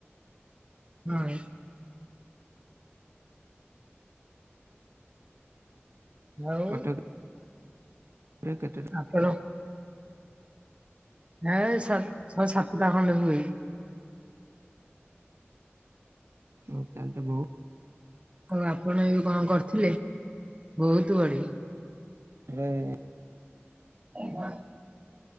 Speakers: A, on the right; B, on the right.
A: ନାଇଁ। ଆଉ
B: କଟକ ରେ କେତେଟା
A: ଆପଣ ନାଇ ଛ, ଛ ସାତଟା ଖଣ୍ଡେ ହୁଏ।
B: ଓ ତାହାଲେ ତ ବହୁ
A: ଆଉ ଆପଣ ଏବେ କଣ କରୁଥିଲେ? ବହୁତ ବଢିଆ
B: ମୁଁ
A: ଏ ୱାନ